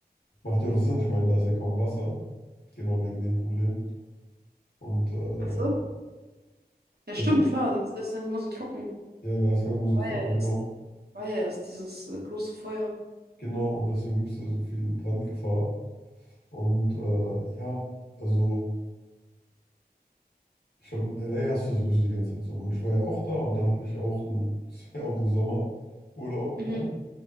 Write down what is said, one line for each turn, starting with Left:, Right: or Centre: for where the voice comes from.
Left: macht ja auch Sinn, ich meine, da ist ja kaum Wasser, genau wegen dem Problem. Und äh,
Right: Ach so? Ja,
Left: bitte?
Right: stimmt, klar, das ist dann immer so trocken.
Left: Ja, da ist halt immer so
Right: War
Left: trocken,
Right: ja erst,
Left: genau.
Right: war ja erst dieses äh, große Feuer.
Left: Genau, und deswegen gibt es da so viel Brandgefahr. Und äh, ja, also ich glaube, in LA hast du ja sowieso die ganze Zeit Sommer. Und ich war ja auch da und da habe ich ja auch einen, <laughs> das war ja auch einen Sommerurlaub
Right: Mhm,
Left: dann.